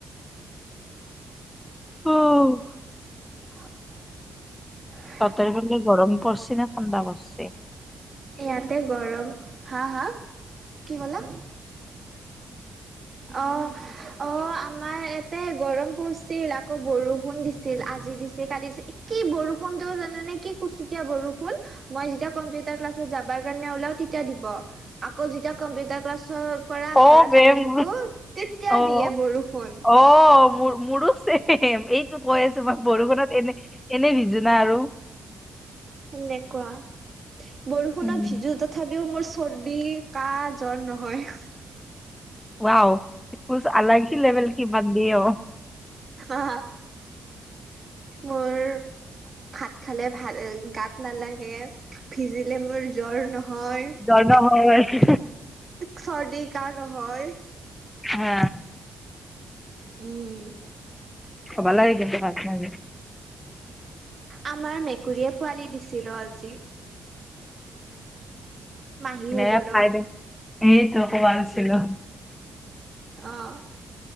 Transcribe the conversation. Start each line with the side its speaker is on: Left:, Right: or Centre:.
Left: অ
Right: হ <unintelligible>
Left: তহঁতৰ সেইপিনে গৰম পৰিছে না ঠাণ্ডা পৰিছে?
Right: ইয়াতে গৰম হা হা কি কলা? অ অ আমাৰ ইয়াতে গৰম পৰিছিল আকৌ বৰষুণ দিছিল আজি দিছে কালি দিছে। কি বৰষুণটো জানানে কি কুচুতীয়া বৰষুণ- মই যেতিয়া কম্পিউটাৰ ক্লাছত যাবাৰ কাৰণে ওলাও তেতিয়া দিব, আকৌ যেতিয়া কম্পিউটাৰ ক্লাছত- পৰা
Left: অ
Right: ঘৰত
Left: বে
Right: আহি থাকো,
Left: মোৰ
Right: তেতিয়া
Left: অ
Right: দিয়ে বৰষুণ।
Left: অ মোৰ মোৰো চেমে এইটো কৈ আছো মই বৰষুণত এনে- এনেই বিজুনা আৰু।
Right: সেনেকুৱা বৰষুণৰ
Left: উম
Right: ভিজো তথাপি। যদিও মোৰ চৰ্দি কাহ জ্বৰ নহয়।
Left: ৱাও কছ অলগ হি লেবেল কি বানদি হ‌ঔ।
Right: অ মোৰ ভাত খালে ভাল গাত নালাগে, ভিজিলে মোৰ জ্বৰ নহয়।
Left: জ্বৰ নহয়।
Right: চৰ্দি কাৰ নহয়।
Left: হা
Right: উম।
Left: হ'বলা হেকেন্ত বাত মাগে।
Right: আমাৰ মেকুৰীয়ে পোৱালি দিছিল ৰ আজি। মাহী
Left: বেয়া
Right: হলো ৰ।
Left: পাই সেইটো কমালছিলো।
Right: অহঁ